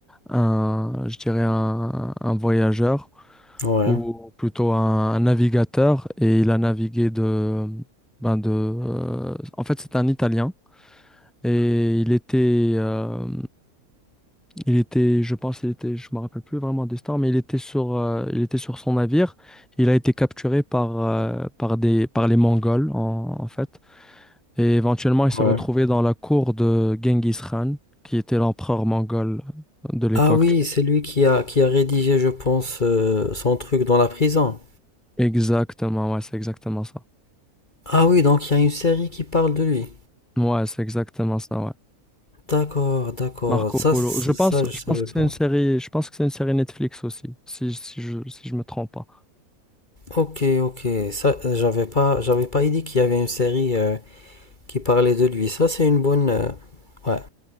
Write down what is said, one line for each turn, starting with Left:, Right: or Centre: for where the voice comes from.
Centre: un je dirais un, un voyageur,
Left: Ouais,
Centre: ou plutôt un, un navigateur, et il a navigué de, ben de, euh, en fait, c'est un Italien. Et il était, euh, il était, je pense, il était, je me rappelle plus vraiment des stars, mais il était sur, euh, il était sur son navire. Il a été capturé par, euh, par des, par les Mongols en, en fait. Et éventuellement, il s'est
Left: ouais.
Centre: retrouvé dans la cour de Genghis Khan, qui était l'empereur mongol de l'époque.
Left: Ah oui,
Centre: tu vois.
Left: c'est lui qui a, qui a rédigé, je pense, euh, son truc dans la prison.
Centre: Exactement, ouais, c'est exactement ça.
Left: Ah oui, donc il y a une série qui parle de lui.
Centre: Ouais, c'est exactement ça, ouais.
Left: D'accord, d'accord.
Centre: Marco
Left: Ça,
Centre: Polo.
Left: c-
Centre: Je pense,
Left: ça, je
Centre: je
Left: savais
Centre: pense que
Left: pas.
Centre: c'est une série, je pense que c'est une série Netflix aussi, si, si je, si je me trompe pas.
Left: Ok, ok. Ça, euh, j'avais pas, j'avais pas idée qu'il y avait une série euh, qui parlait de lui. Ça, c'est une bonne, euh, ouais,